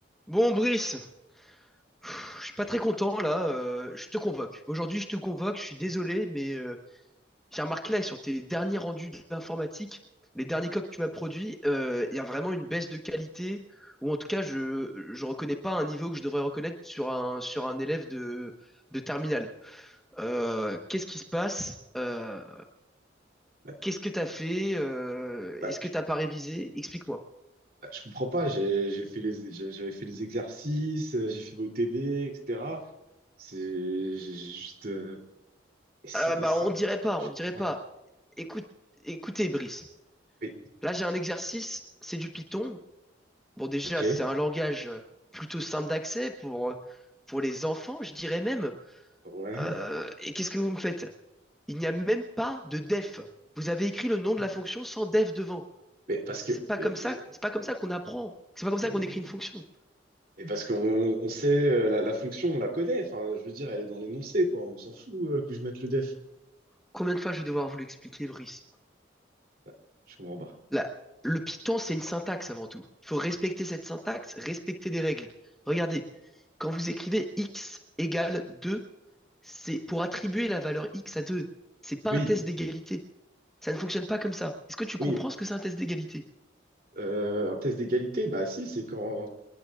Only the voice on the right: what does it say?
Bah,
bah,
bah, je comprends pas, j'ai j'ai fait les j'ai- j'avais fait les exercices, euh, j'ai fait vos TD, etc. C'est j'ai j'ai juste euh, et c'est
et
c'est
bah, je
comprends
pas.
Oui,
ok,
ouais,
oui.
Mais parce que
mais
bon,
et,
et parce qu'on on sait euh, la, la fonction, on la connaît. Enfin, je veux dire, elle est dans l'énoncé, quoi. On s'en fout euh, que je mette le def.
Hein
Bah, je comprends pas.
Oui,
oui.
Euh, un test d'égalité, bah si, c'est quand